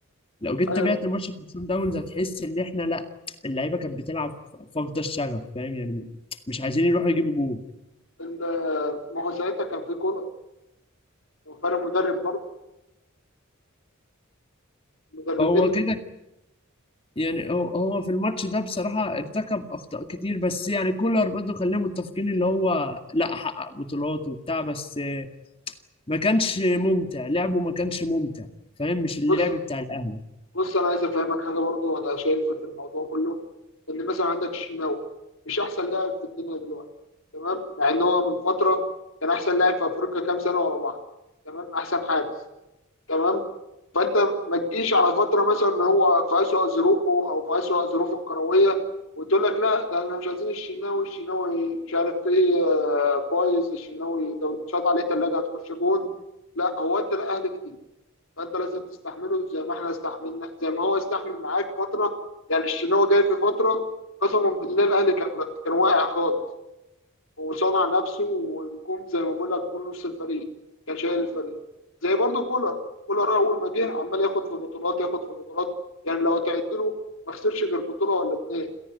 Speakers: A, on the left (about 25°); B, on the left (about 70°).
A: لو جيت
B: ايوه
A: تابعت ماتش بتاع سان داونز هتحس ان احنا لا اللعيبه كانت بتلعب فاقده الشغف فاهم يعني مش عايزين يروحوا يجيبوا جول
B: ال- ما هو ساعتها كان في كولر وفرق مدرب برضه مدربين
A: هو كده يعني هو هو في الماتش ده بصراحه ارتكب اخطاء كتير بس يعني كولر برضه خلينا متفقين اللي هو لا حقق بطولات وبتاع بس ما كانش ممتع لعبه ما كانش ممتع فاهم مش اللعب
B: بص
A: بتاع الاهلي
B: بص انا عايز افهمك حاجه برضه انا شايفها في الموضوع كله ان مثلا عندك الشناوي مش احسن لاعب في الدنيا دلوقتي تمام مع ان هو من فتره كان احسن لاعب في افريقيا كام سنه ورا بعض تمام احسن حارس تمام فانت ما تجيش على فتره مثلا ان هو في اسوأ ظروفه او في اسوأ ظروفه الكرويه وتقول لك لا ده احنا مش عايزين الشناوي الشناوي مش عارف ايه آه، بايظ الشناوي ده اتشاط عليه ثلاجه هتخش جون لا هو ادى الاهلي كتير فانت لازم تستحمله زي ما احنا استحملنا زي ما هو استحمل معاك فتره يعني الشناوي جاي في فتره قسما بالله الاهلي كان كان واقع خالص وصنع نفسه ونجوم زي ما بقول لك جون نص الفريق كان شايل الفريق زي برضه كولر كولر اول ما جه عمال ياخد في بطولات ياخد في بطولات يعني لو تعد له ما خسرش غير بطوله ولا اتنين